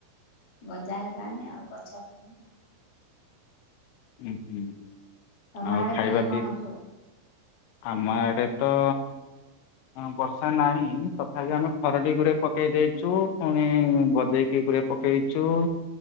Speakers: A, on the left; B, on the left.
A: ଗଜା ହେଲାଣି ଆଉ ଗଛ ଆଉ
B: ହୁଁ ହୁଁ
A: ତମ
B: ଆଉ
A: ଆଡେ
B: ଖାଇବା
A: କେଣ କଣ
B: ପିଇ
A: ସବୁ?
B: ଆମ ଆଡ଼େ ତ ବର୍ଷା ନାହିଁ ତଥାପି ଆମେ ଖରଡ଼ି ଗୋରେ ପକେଇ ଦେଇଛୁ ପୁଣି ଗଜେଇକି ଗୁରେ ପକେଇଛୁ